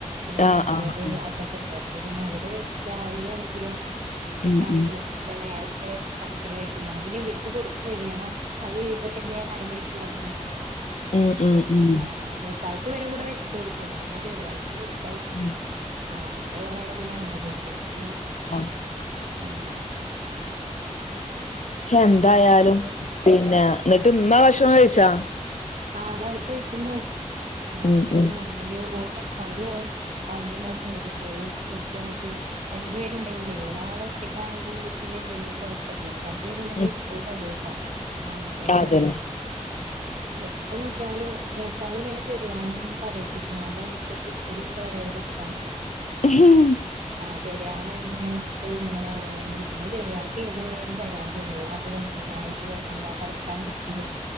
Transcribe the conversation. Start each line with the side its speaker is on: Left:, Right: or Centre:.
Right: പിന്നെപ്രഷർ
Left: ആഹ് ആഹ് ആഹ്
Right: അതൊക്കെ ഇണ്ട്. അപ്പൊ പിന്നെ അവര് രാവിലെ ആണെങ്കിലും ഉച്ചക്കാണെങ്കിലും
Left: ഉം ഉം
Right: ക്കെ നേരത്തെ കടത്തിന് കഴിക്കും ഞാൻ പിന്നെ ഇവർക്ക് കൊടുത്ത് കഴിയണം. അത് കഴിയുമ്പ പിന്നെ അരമണിക്കൂറങ്ങനെപോവും.
Left: ഉം
Right: അപ്പൊ
Left: ഉം
Right: പിന്നെ
Left: ഉം
Right: ആഹ്. മൂ തണുത്തുവരെകൂടെവെ ച്ചുകൊടുക്കും. ഇന്നട്ട് ഞാൻ ചെറ്യേ ആൾക്ക് കൊടുക്കാ ഇരിക്കും.
Left: ഉം
Right: ആഹ് അപ്പ ഇള്ള നേരം. പിന്നെ അങ്ങനെ പോകും. പിന്നെ അങ്ങനെ
Left: ഓ
Right: ഉം
Left: എന്തായാലും
Right: പിന്നെന്തൊക്കെയാണ്
Left: പിന്നെ ഇന്നട്ട് ഇമ്മ ഭഷണം കഴിച്ചാ?
Right: ആ അത് അവര് കഴിക്ക്ണ്ടാവും ഞാൻ
Left: ഉം
Right: പിന്നെ
Left: ഉം
Right: റൂമില് അവര് പോൻ സൗണ്ട് ഇണ്ടാക്കാണേ കുട്ട്യേള് എടുത്തു വന്നിട്ട് രണ്ടു പേരുണ്ടെങ്കിലേ ഒരാൾ ഒറ്റക്കാണെങ്കിൽ പിന്നെ എന്തെങ്കിലും കൊ പ്യല്ല രണ്ടു പേരു ഉണ്ടെങ്കി
Left: ഉം
Right: എപ്പളും തല്ലൂട്ടാ ആൺകുട്ട്യേളെല്ലെ?
Left: അതന്നെ
Right: എപ്പൊ നോക്കിയാലും മൂത്താള് ഇങ്ങനെ ചെറിയാളെ ഇങ്ങനെ കരയിപ്പിക്കണം. അതോ അവനിക്കൊരു ഒരു എന്താ പറയാ ഒരു രസാണ്.
Left: ഹ്‌ഹി
Right: ആ ചെറിയളെ ഇങ്ങനെ ഇട്ട് ഇങ്ങനെ ഓരോന്നിനും പിന്നെ ചെറിയ ആൾക്ക് ഏതു നേരം പരാത്യ ഒള്ളു. അത് തന്നില്ല ഇത് തന്നില്ല കളിക്കാൻ കൂട്ടില.